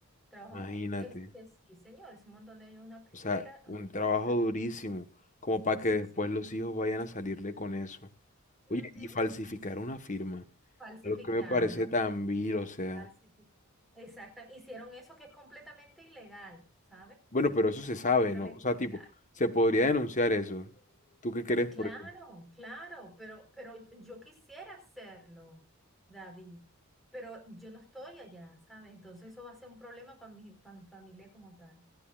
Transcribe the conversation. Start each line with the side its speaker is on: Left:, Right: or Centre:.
Centre: Trabajó,
Left: Imagínate,
Centre: este, sí, señor, es un montón de años en una pesquera,
Left: o sea,
Centre: en
Left: un
Centre: una
Left: trabajo
Centre: pesquera,
Left: durísimo, como para
Centre: Sí,
Left: que después
Centre: señor.
Left: los hijos vayan a salirle con eso.
Centre: Ujú.
Left: Oye, y falsificar una firma,
Centre: Falsificaron,
Left: lo que me parece tan vil, o sea.
Centre: falsificaron. Exacto, hicieron eso que es completamente ilegal, ¿sabes?
Left: Bueno, pero eso se sabe,
Centre: Completamente
Left: ¿no? O sea,
Centre: ilegal.
Left: tipo, se podría denunciar eso. ¿Tú qué crees?
Centre: Ah,
Left: Porque
Centre: Claro, claro, pero, pero yo quisiera hacerlo, David, pero yo no estoy allá, ¿sabes? Entonces eso va a ser un problema para mi, para mi familia como tal.